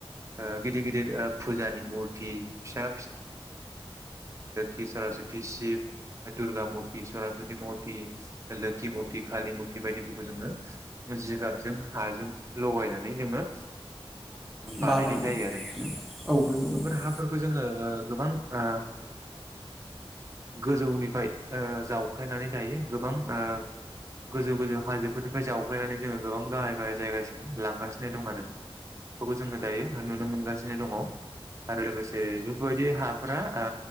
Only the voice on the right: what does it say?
ओ गिदिर गिदिर ओ फुजानि मुरथि फिसा बिसारासथि सिब फ्राय दुरगा मुरथि सरस्वति मुर्ति लोखि मुरथि कालि मुरथि बायदिफोरखौ जोङो जिगाबजों हाजों लगायनानै जोङो बानायनाय
जायो आरो
बेफोर हाफोरखौ जोङो गोबां ओ गोजौनिफाय ओ जावखायनानै दायो गो बां ओ गोजौ-गोजौ हाजोफोरनिफ्राय जावग्लायनानै जोङो गोबां गाहाय-गाहाय जायगासिम लांगासिनो दं आरो बेफोरखौ जोङो दायो नुनो मोनगासिनो दङ। आरो लोगोसे बेफोरबायदि हाफोरा ओ